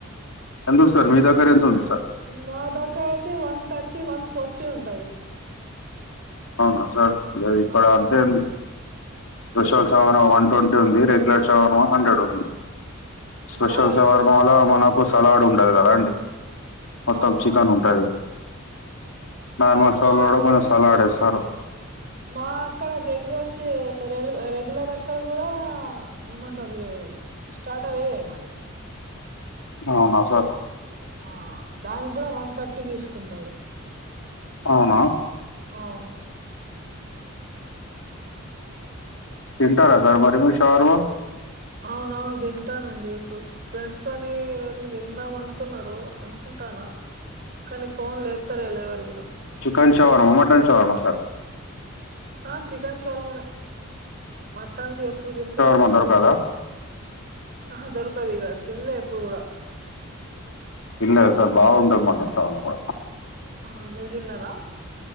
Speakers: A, on the left (about 75°); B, on the right (about 45°).
A: ఎందుకు సార్ మీ దగ్గర ఎంత ఉంది సార్
B: మా దక్కా అయితే వన్ థర్టీ వన్ ఫోర్టీ ఉంటది
A: అవునా సార్ లేదు ఇక్కడ
B: ఆ
A: అంతే ఉంది స్పెషల్ సెవను వన్ టొంటి ఉంది రెగ్యులర్ సెవను హండ్రెడ్ ఉంది స్పెషల్
B: మా రంగి
A: సవర్మ వల్ల మనకు సలాడ్ ఉండదు గదా అండి మొత్తం
B: అవునవును
A: చికెన్ ఉంటది నార్మల్
B: కాదు
A: స్టాల్లో
B: మా
A: గూడ
B: అక్క
A: కొంచ సలాడ్ ఏస్తారు
B: మా అక్కడ రెగ్యులర్ చే రెలు రెగ్యులర్ అక్కడ గుడా ఏమంటరూ స్టార్టర్ ఏయరు మరి
A: అవునా సార్
B: ఆ దాని గుడా వన్ థర్టీ దీసుకుంటరు
A: అవునా
B: అవ్
A: తింటారా సార్ మరి మీరు శవర్మ
B: అవునవును దింటానండి ఇప్పుడు ఫ్రెండ్స్ తోనీ వెళ్ళి దిందాం అనుకున్నారు అనుకుంటానా కానీ ఫోన్ లేప్తరే లేవరు గూడ
A: chicken shawarma mutton shawarma sir
B: ఆ చికెన్ షోరుమనే మటన్ ది ఎప్పుడు దిన్లే
A: కొందరు కదా
B: ఆహా దొరకదు ఈగ తిన్లే ఎప్పుడు కూడా
A: ఇల్ సార్ బాగుంటే మాంట సా కూడా
B: ఆహా మీరు తిన్నారా